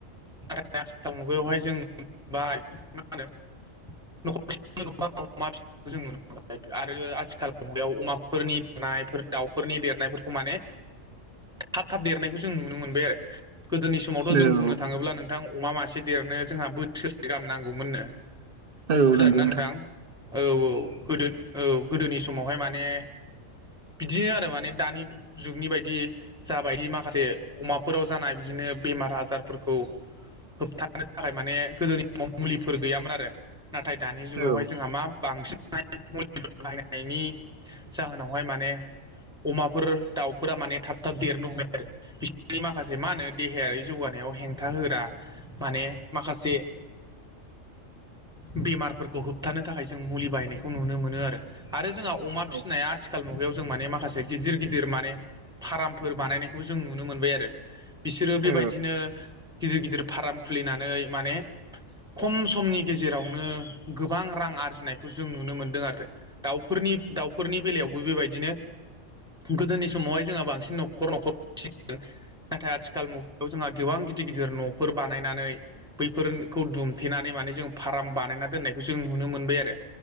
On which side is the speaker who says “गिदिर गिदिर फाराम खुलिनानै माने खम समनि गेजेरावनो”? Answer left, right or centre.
Centre